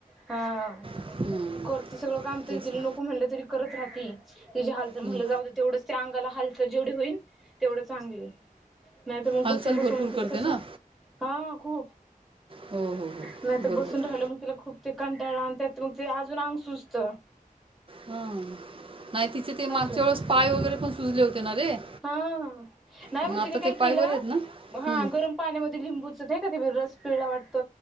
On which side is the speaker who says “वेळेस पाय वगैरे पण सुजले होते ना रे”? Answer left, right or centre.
Right